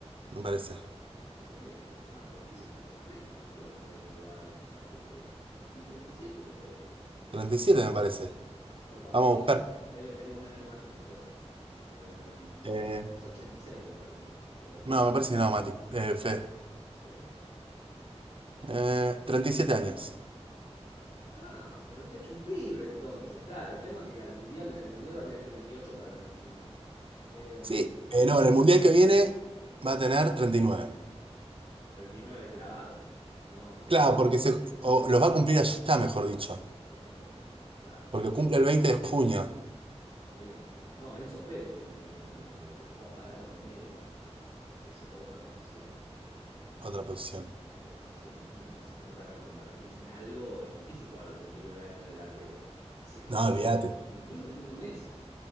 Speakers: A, on the right (about 55°); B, on the left (about 80°).
A: me parece.
B: ¿En serio? Ah, pero entonces está perfecto. ¿Por qué no podés jugar un partido entero? Sí, 37, boludo.
A: treinta y siete me parece.
B: No, para mí
A: Vamos
B: tiene,
A: a buscar.
B: debe tener un año más que nosotros. 38,
A: Eh,
B: es 86 me parece. O
A: no, me parece que no, Mati. Eh, Fede.
B: 86. ¿Sí?
A: Eh, treinta y siete años.
B: Ah, pero está hecho un pibe entonces. Claro, el tema es que al mundial, en el mundial va a tener 38 para 39. Em,
A: Sí, eh, no, en el mundial que viene va a tener treinta y nueve
B: treinta y nueve clavado. No, es
A: Claro,
B: un montón.
A: porque se, o los va a cumplir allá, mejor dicho.
B: Ok, ok. Claro,
A: Porque
B: sí,
A: cumple el 20 de junio.
B: está bien. No, Enzo Pérez tiene 39 ponele, pero juega parado en el medio. Es otra posición, ¿viste?
A: Otra posición.
B: Otra posición distinta. Si no te reconvertís en algo, es difícil jugar a los 39 años de delantero. Si- incluso
A: No, olvídate,
B: siendo, incluso siendo Messi,